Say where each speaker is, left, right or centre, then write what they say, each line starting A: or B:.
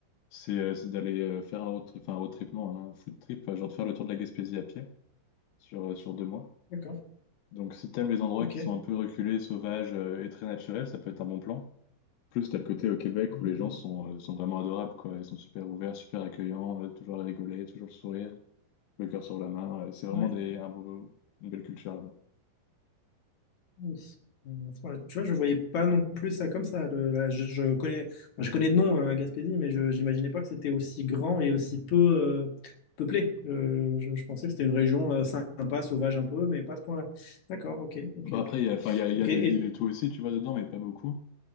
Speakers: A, on the left (about 80°); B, on the left (about 50°).
A: c'est euh, c'est d'aller euh, faire un road trip, enfin un road trip, non, un food trip, euh, genre de faire le tour de la Gaspésie à pied sur, euh, sur deux mois.
B: d'accord.
A: Donc, si t'aimes les endroits
B: Ok.
A: qui
B: Oui,
A: sont un peu reculés, sauvages euh, et très naturels, ça peut être un bon plan. Plus, t'as le côté au Québec
B: oui.
A: où les gens sont, euh, sont vraiment adorables, quoi. Ils sont super ouverts, super accueillants, euh, toujours à rigoler, toujours le sourire, le cœur sur la main. Euh, C'est vraiment
B: Ouais.
A: des, un beau- une belle culture là-bas.
B: Oui. Euh, ouais, Tu vois, je voyais pas non plus ça comme ça. le- la- je, je connais, enfin, je connais de nom euh, Gaspésie, mais je n'imaginais pas que c'était aussi grand et aussi peu euh, peuplé. Euh, je, je pensais que c'était une région euh, sympa, sauvage un peu, mais pas à ce point-là. D'accord, ok, ok,
A: Bon après,
B: ok.
A: il y a, enfin, il y a, il
B: Ok,
A: y a des
B: et,
A: villes et tout aussi, tu vois, dedans, mais pas beaucoup.